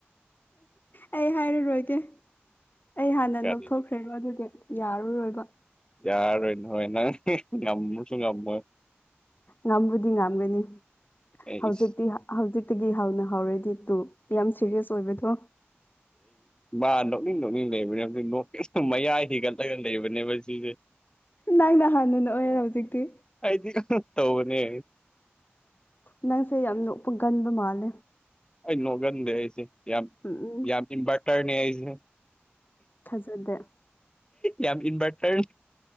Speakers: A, on the left (about 50°); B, on the left (about 20°).
A: ꯑꯩ ꯍꯥꯏꯔꯔꯣꯏꯒꯦ ꯑꯩ ꯍꯥꯟꯅ
B: ꯀꯔꯤ
A: ꯅꯣꯛꯊꯣꯛꯈ꯭ꯔꯦꯕ ꯑꯗꯨꯗꯤ ꯌꯥꯔꯨꯔꯣꯏꯕ
B: ꯌꯥꯔꯣꯏꯅꯣꯏ ꯅꯪ ꯉꯝꯃꯁꯨ ꯉꯝꯃꯣ
A: ꯉꯝꯕꯨꯗꯤ ꯉꯝꯒꯅꯤ
B: ꯑꯩꯁ
A: ꯍꯧꯖꯤꯛꯇꯤ ꯍꯧꯖꯤꯛꯇꯒꯤ ꯍꯧꯅ ꯍꯧꯥꯎꯔꯗꯤ ꯇꯨ ꯌꯥꯝ ꯁꯦꯔꯤꯌꯁ ꯑꯣꯏꯕꯗꯣ
B: ꯃꯥ ꯅꯣꯛꯅꯤꯡ ꯅꯣꯛꯅꯤꯡ ꯂꯩꯕꯅꯦꯕ ꯅꯣꯔꯠ ꯏꯁꯇꯨ ꯃꯌꯥꯏ ꯍꯦꯟꯒꯠꯂꯒ ꯂꯩꯕꯅꯦꯕ ꯁꯤꯁꯦ
A: ꯗꯥꯡ ꯍꯥꯟꯗꯨꯅ ꯑꯣꯏꯔꯦ ꯍꯧꯖꯤꯛꯇꯤ
B: ꯑꯗꯤ ꯇꯧꯕꯅꯦ
A: ꯅꯪꯁꯦ ꯌꯥꯝ ꯅ ꯎꯄꯒꯟꯕ ꯃꯥꯜꯂꯦ
B: ꯑꯩ ꯅꯣꯒꯟꯦ ꯍꯥꯏꯁꯦ ꯌꯥꯝ
A: ꯎꯝ ꯎꯝ
B: ꯌꯥꯝꯕꯇꯔꯅꯦ ꯍꯥꯏꯁ
A: ꯊꯥꯖꯗꯦ
B: ꯌꯥꯝ ꯏꯟꯚꯔꯇꯔ